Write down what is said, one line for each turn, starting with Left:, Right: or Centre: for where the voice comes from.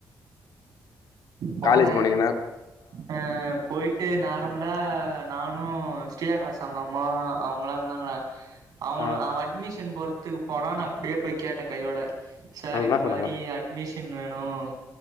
Right: போனே
Left: காலேஜ் போனீங்கன்னா
Right: ஆ போய்ட்டு நேரம்பலா நானு ஸ்ரீ ஆகாஷ் அவங்க அம்மா அவங்களா இருந்தாங்கடா அவனு
Left: ஆ
Right: அவ அட்மிஷன் போறத்துக்கு போனா நா அப்டியே போய் கேட்டே கையோட சார்
Left: என்ன
Right: இந்த மாதிரி
Left: சொன்னாங்க?
Right: அட்மிஷன் வேணும்